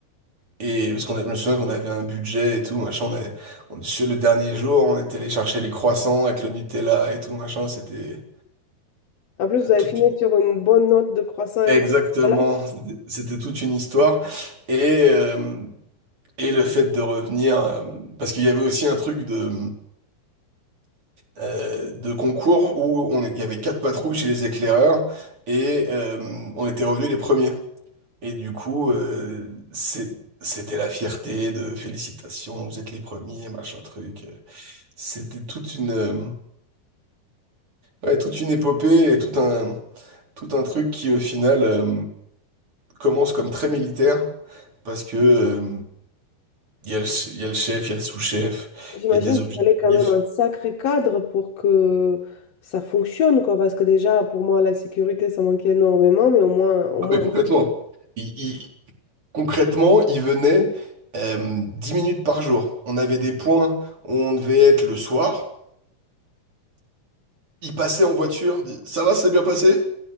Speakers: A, on the right; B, on the left.
A: Et parce qu'on a- je me souviens qu'on avait un budget et tout, machin, on est, on- sur le dernier jour, on était allé chercher les croissants avec le Nutella et tout, machin, c'était
B: En plus, vous avez
A: tout,
B: fini sur une bonne note de croissant. un
A: Exactement,
B: peu- <laughs> Voilà.
A: c'était c'était toute une histoire. Et, euh, Et le fait de revenir, euh, parce qu'il y avait aussi un truc de, euh, de concours où on, il y avait quatre patrouilles chez les éclaireurs et euh, on était revenus les premiers. Et du coup, euh, c'est- c'était la fierté de félicitations, vous êtes les premiers, machin truc. C'était toute une, euh, ouais, toute une épopée et tout un, tout un truc qui au final euh, commence comme très militaire parce que euh, il y a le, il y a le chef, il y a le sous-chef,
B: J'imagine
A: il y a des
B: qu'il
A: objectifs.
B: fallait quand même un sacré cadre pour que ça fonctionne, quoi, parce que déjà, pour moi, la sécurité, ça manquait énormément, mais au moins, au
A: Ah
B: moins,
A: ben complètement. Il- il- concrètement, il venait euh, 10 minutes par jour. On avait des points où on devait être le soir. Il passait en voiture. dit, Ça va, c'est bien passé?